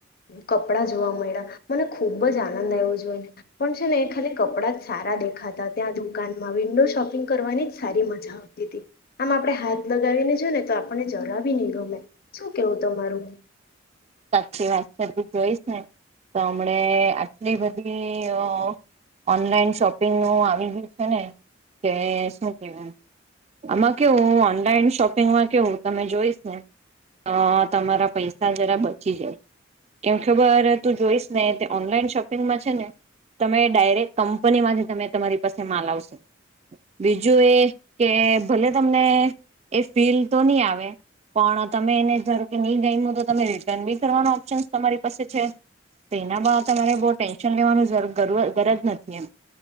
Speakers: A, on the left; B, on the right.
A: કપડા જોવા મયળા, મને ખૂબ જ આનંદ આય્વો જોઈને, પણ છે ને એક ખાલી કપડાં જ સારા દેખાતા, ત્યાં દુકાનમાં વિન્ડો શોપિંગ કરવાની જ સારી મજા આવતી તી, આમ આપડે હાથ લગાવીને જોયને તો આપણને જરા બી ની ગમે, શું કેવું તમારું?
B: સાચી વાત જો તુ જોઈસ ને તો અમણે આટલી બધી <unintelligible> ઓનલાઈન શોપિંગનું આવી ગયું છે ને કે શું કે <unintelligible> આમાં કેવું ઓનલાઈન શોપિંગમાં કેવું તમે જોઈશ ને તો તમારા પૈસા જરા બ ચી જાય, એમ ખબર તું જોઈશ ને તે ઓનલાઈન શોપિંગમાં છે ને તમે ડાયરેક્ટ કંપનીમાંથી તમે તમારી પાસે માલ આવશે, બીજું એ કે ભલે તમને એ ફીલ તો ની આવે, પણ તમે એને ધારોકે ની ગયમુ તો તમે રી <unintelligible> બી કરવાનો ઓપ્શન તમારી પાસે છે, તો એના બા તમારે બો ટેન્શન લેવાનું ઝરુ ગરજ નથી એમ,